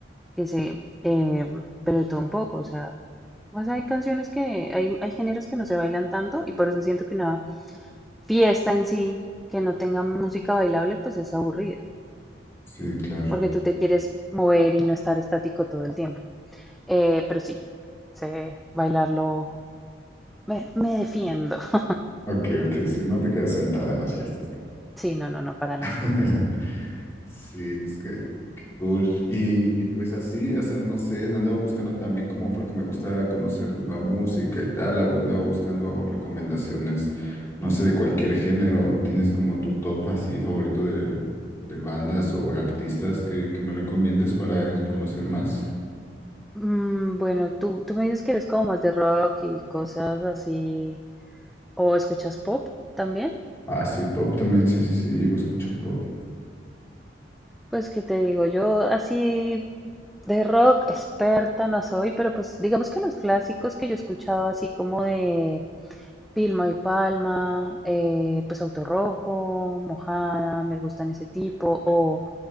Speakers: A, in the centre; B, on the left.
A: que sé, eh, pero de todo un poco, o sea, pues hay canciones que, hay, hay géneros que no se bailan tanto y por eso siento que una fiesta en sí que no tenga música bailable, pues es aburrida,
B: Sí, claro.
A: porque tú te quieres mover y no estar estático todo el tiempo. Eh, pero sí, sé bailarlo. Me, me defiendo. <laughs>
B: Ok, ok, sí, no te quedas sentada en las fiestas, claro.
A: Sí, no, no, no, para nada.
B: <laughs> Sí, pues que Cool. Y, y pues así, o sea, no sé, andaba buscando también como porque me gusta conocer nueva música y tal, ah, andaba buscando recomendaciones, no sé, de cualquier género. ¿Tienes como tu top así favorito de, de bandas o artistas que, que me recomiendes para conocer más?
A: Mm, bueno, tú, tú me dices que eres como más de rock y cosas así. ¿O escuchas pop también?
B: Ah, sí, pop también, sí, sí, sí, llego a escuchar pop.
A: Pues que te digo, yo así de rock experta no soy, pero pues digamos que los clásicos que yo he escuchado así como de Vilma y Palma, eh, pues Auto Rojo, Mojada, me gustan ese tipo, o